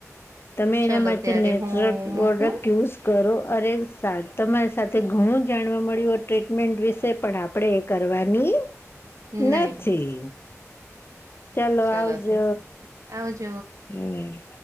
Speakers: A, on the left (about 45°); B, on the right (about 75°).
A: તમે
B: ચલો
A: એના માટે
B: ત્યારે
A: નેચરલ
B: હું
A: પ્રોડક્ટ
B: મૂકું
A: યુઝ કરો અરે સા તમારી સાથે ઘણું જાણવા મળ્યું હો ટ્રીટમેન્ટ વિશે પણ આપો આપડે કરવાની નથી.
B: નહી
A: ચાલો
B: ચલો
A: આવજો
B: ત આવજ.
A: હમ.